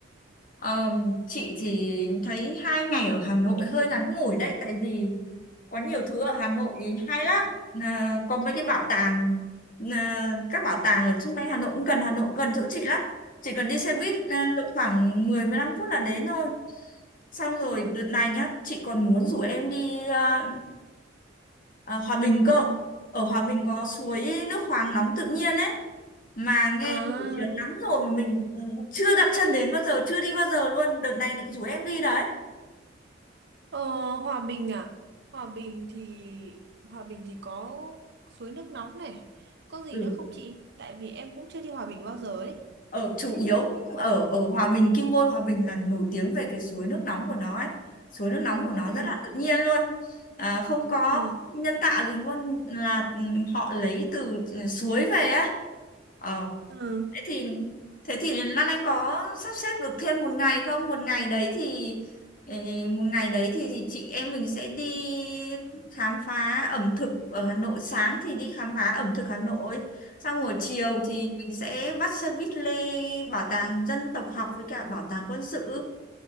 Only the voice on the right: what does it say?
Ừ.
À,
Ờ, Hòa Bình à? Hòa Bình thì Hòa Bình thì có suối nước nóng này. Có gì
nữa không chị? Tại vì em cũng chưa đi Hòa Bình bao giờ ấy.
Ừ.
Ừ.
Ừ.